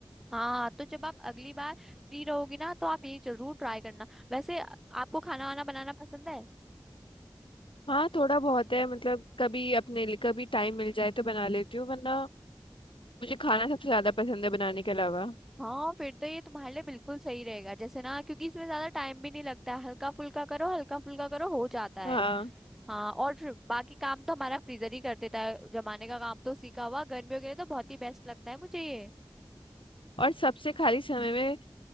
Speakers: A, in the centre; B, on the left.
A: हाँ तो जब आप अगली बार फ्री रहोगी ना तो आप ये जरूर ट्राई करना वैसे आ- आपको खाना वाना बनाना पसंद है
B: हाँ थोड़ा बहुत है मतलब कभी अपने लिए कभी टाइम मिल जाए तो बना लेती हूँ वरना मुझे खाना सबसे ज्यादा पसंद है बनाने के अलावा
A: हाँ फिर तो ये तुम्हारे लिए बिल्कुल सही रहेगा जैसे ना क्योंकि इसमें ज्यादा टाइम भी नहीं लगता है हल्का फुल्का करो हल्का फुल्का करो हो जाता है
B: हाँ
A: हाँ और फिर बाकी काम तो हमारा फ्रीजर ही कर देता है जमाने का काम तो सीखा हुआ गर्मियों के लिए तो बहुत ही बेस्ट लगता है मुझे ये
B: और सबसे खाली समय में